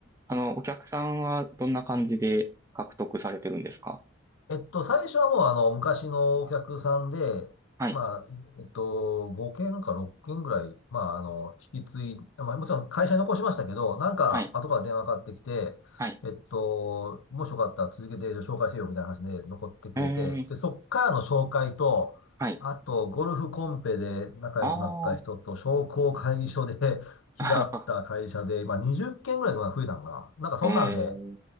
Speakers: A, on the right; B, on the left.
A: あの、お客さんはどんな感じで獲得されてるんですか
B: えっと、最初はもうあの、昔のお客さんで、
A: はい。
B: まあ、えっと、5件か6件ぐらい、まあ、あの、引き継い、まあ、もちろん会社に残しましたけど、なんか後から電話かかってきて、
A: はい。はい。
B: えっと、もしよかったら続けて紹介せよみたいな話で残ってくれて、
A: えー、
B: で、そっからの紹介と、
A: はい。
B: あと、ゴルフコンペで仲良くなった人と、
A: あ
B: 商工会議所で <laughs> 気が合った会社で、
A: あ。
B: まあ、20件ぐらいとか増えたのかな。なんかそんなんで、
A: <laughs> えー